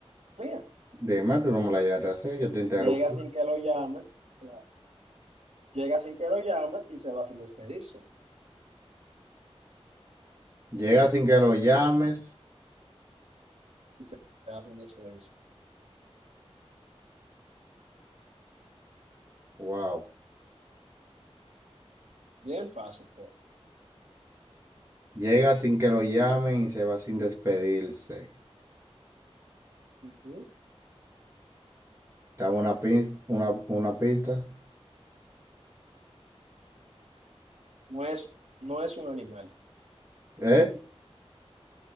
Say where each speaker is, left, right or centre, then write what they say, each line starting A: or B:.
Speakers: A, on the right (about 80°); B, on the right (about 25°).
A: mía.
B: Dime, tú no me la llegaste a hacer, yo te interrumpo.
A: Llega sin que lo llames. la- Llega sin que lo llames y se va sin despedirse.
B: Llega sin que lo llames.
A: Y se va sin despedirse.
B: Wow.
A: Bien fácil, todo.
B: Llega sin que lo llamen y se va sin despedirse.
A: Ujú.
B: Dame una pista, una, una pista.
A: No es, no es un animal.
B: ¿Eh?